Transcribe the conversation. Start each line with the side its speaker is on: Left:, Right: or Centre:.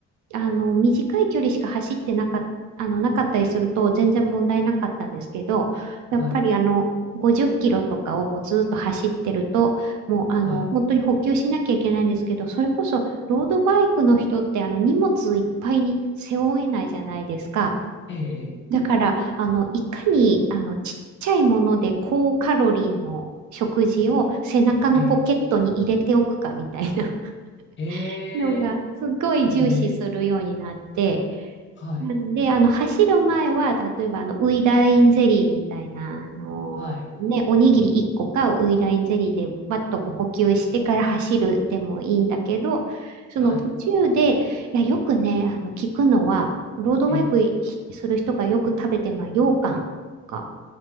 Right: あの、短い距離しか走ってなかっ、あの、なかったりすると全然問題なかったんですけど、やっぱりあの、
Left: はい、
Right: 50キロとかをこうずーっと走ってると、もうあの、
Left: は
Right: 本当に補給しなきゃいけないんですけど、それこそロードバイクの人ってあの、荷物いっぱいに背負えないじゃないですか。
Left: い、え、え、
Right: だから、あの、いかにあの、ちっちゃいもので高カロリーの食事を背中のポケットに入れておくかみたいな
Left: え、え、
Right: <laughs> のが、
Left: え、
Right: すごい重視するようになって、
Left: え、え、はい、
Right: なんで、あの、走る前は、例えば、あの、ウイダインゼリーみたいな、あのー、
Left: はい、
Right: ね、おにぎり1個か、ウイダインゼリーで、バッとこう補給してから走るでもいいんだけど、その途中で、
Left: はい、
Right: いや、よくね、あの、聞くのは、ロードバイクする人がよく食べてるのは、
Left: え、
Right: 羊羹か。